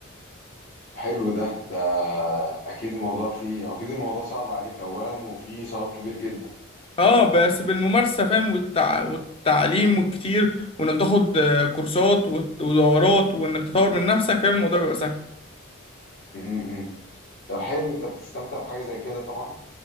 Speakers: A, on the left; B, on the left.
A: حلو ده ده اكيد الموضوع فيه هو اكيد الموضوع صعب عليك اولا وفيه صعوب كبير جدا
B: اه بس بالممارسة فاهم والتع... والتعليم وكتير وانك تاخد آه، كورسات وت- ودورات وانك تطور من نفسك فاهم الموضوع بيبقى سهل
A: م-م. طب حلو انت بتستمتع بحاجه زي كده طبعا